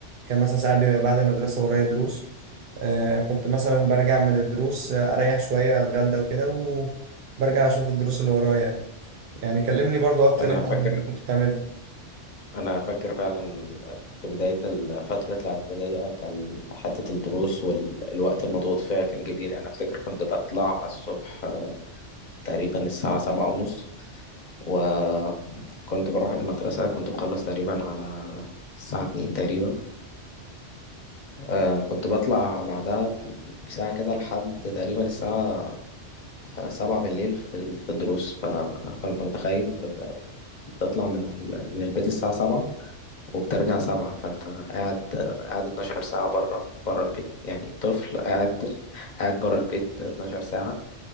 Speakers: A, on the right; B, on the left.
A: كان مثلا ساعات بيبقى بعد المدرسة ورايا دروس آه كنت مثلا برجع من الدروس آه، اريح شوية اتغدى وكده وبرجع اشوف الدروس اللي ورايا يعني يعني كلمني برضو اكتر
B: أنا
A: انت
B: فاكر
A: عن اللي كنت بتعمله
B: أنا فاكر فعلا في بداية ال- فترة الإعدادية كان حتة الدروس والوقت المضغوط فيها كان كبير يعني أفتكر كنت بطلع الصبح آه، تقريبا الساعة سبعة ونص وكنت بروح المدرسة كنت بخلص تقريبا على الساعة 2 تقريبا آه كنت بطلع بعدها بساعة كده لحد تقريبا الساعة سبعة بالليل في ال- في الدروس ف... فأنت متخيل ب- ب- بتطلع من ال... من البيت الساعة سبعة وبترجع سبعة فأنت قاعد قاعد 12 ساعة بره بره البيت يعني طفل قاعد قاعد بره البيت 12 ساعة